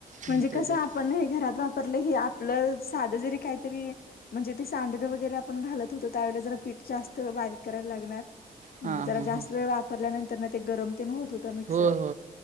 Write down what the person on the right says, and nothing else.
हम्म,
त्याच्यात
हां
हां
हां
होय